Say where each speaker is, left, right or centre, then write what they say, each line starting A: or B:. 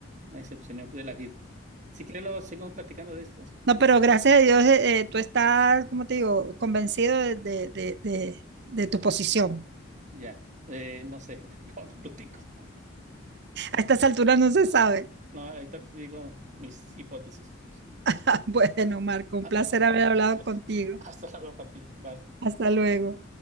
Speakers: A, on the right (about 35°); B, on the right (about 55°).
A: me decepcioné de la vida. Si quieres, luego seguimos platicando de esto.
B: No, pero gracias a Dios eh, eh, tú estás, como te digo, convencido de, de, de- de- de tu posición.
A: Ya, eh, no sé, <laughs> luego te platico.
B: A estas alturas no se sabe.
A: No, ahorita te digo mis hipótesis.
B: <laughs> Bueno, Marco, un
A: Ah,
B: placer haber hablado
A: <laughs>
B: contigo.
A: hasta luego, Pati. Bye.
B: Hasta luego.